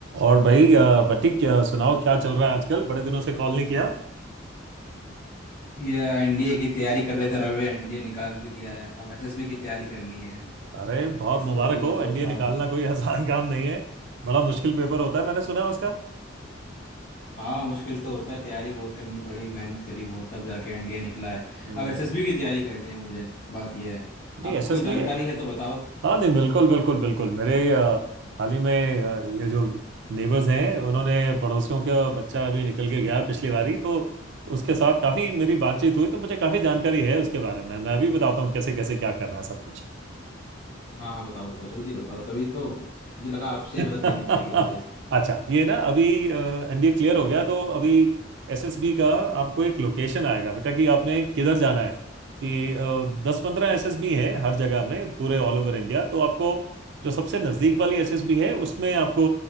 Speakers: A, on the right; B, on the left.
A: और भाई अ, बटी क्या सुनाओ क्या चल रहा है आजकल बड़े दिनों से कॉल नहीं किया
B: ये एनडीए की तैयारी कर रहे थे रवि एनडीए निकाल भी दिया है अब एसएसबी की तैयारी करनी है
A: अरे बहुत
B: कैसे
A: मुबारक
B: होगी मैं
A: हो
B: सोच
A: एनडीए
B: रहा
A: निकालना
B: हूँ
A: कोई आसान काम नहीं है बड़ा मुश्किल पेपर होता है मैंने सुना है उसका
B: हाँ मुश्किल तो होता है तैयारी बहुत करनी पड़ी मेहनत करी बहुत तब जाके एनडीए निकला है
A: हम्म
B: अब एसएसबी की तैयारी करनी है मुझे बात यह है
A: नहीं
B: आपको
A: एसएसबी
B: कोई जानकारी
A: है
B: है तो बताओ
A: हाँ नहीं बिल्कुल बिल्कुल बिल्कुल मेरे अ, हाल ही में अ, ये जो नेबर्स हैं उन्होंने पड़ोसियों का बच्चा अभी निकल के गया है पिछली बारी तो उसके साथ काफी मेरी बातचीत हुई तो मुझे काफी जानकारी है उसके बारे में मैं अभी बताता हूँ कैसे कैसे क्या करना है सब कुछ
B: हाँ हाँ बताओ बताओ जल्दी बताओ तभी तो मुझे लगा आपसे
A: <laughs>
B: ही मदद लेनी पड़ेगी मुझे
A: अच्छा ये ना अभी एनडीए क्लियर हो गया तो अभी एसएसबी का आपको एक लोकेशन आएगा बेटा कि आपने किधर जाना है कि दस पंद्रह एसएसबी हैं हर जगह में पूरे ऑल ओवर इंडिया तो आपको जो सबसे नजदीक वाली एसएसबी है उसमें आपको